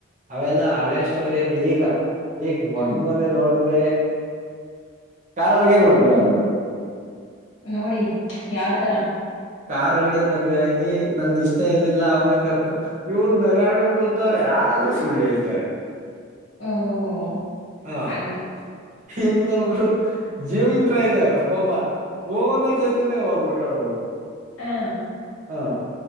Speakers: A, on the right; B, on the left.
A: ಅವೆಲ್ಲ ಹಳೆಷ್ಟುವರಿಯೋದು ಈಗ ಈಗ ಮೊಂದ
B: ಹ್ಮ್
A: ಮೊನೆ ನೋಡಿದ್ರೆ ಕಾರಳ ಕೆಮತ ಆಗ
B: ನೋಡಿ ಯಾವತರ
A: ಕಾರೋಳ್ಗೆ ಮದ್ವೆ ಆಗಿ ನನ್ಗ ಇಷ್ಟ ಇರ್ಲಿಲ್ಲ ಅವನೇ ಕರ್ತ ಇವ ನ ಗೊತ್ತವ್ರೆ ಆದ್ರೂ ಸುಳ್ಳ ಹೇಳ್ತಾರೆ
B: ಹ್ಮ
A: ಹಾ
B: ಅಂದ್ರೆ
A: ಇನ್ನೊಬ್ರು ಜಿಮ್ ಟ್ರೈನರ್ ಪಾಪ ವೋ ಅಂದರ್ ಜತಿ ನ ವಾಗಬಟಾಳು
B: ಹಾ
A: ಹಾ